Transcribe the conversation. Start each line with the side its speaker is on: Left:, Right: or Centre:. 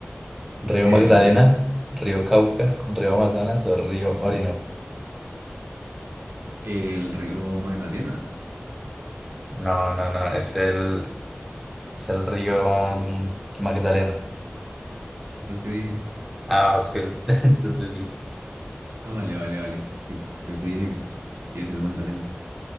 Centre: ¿Río
Right: El,
Centre: Magdalena?
Right: ri-
Centre: ¿Río Cauca? ¿Río Amazonas o río Orinoco?
Right: el río Magdalena.
Centre: No, no, no. Es el, es el río mm, Magdalena.
Right: Ese fue el que dije.
Centre: Ah, ok, <laughs> ya entendí.
Right: Ah, vale, vale, vale. Sí, yo sí dije, pues sí es el Magdalena.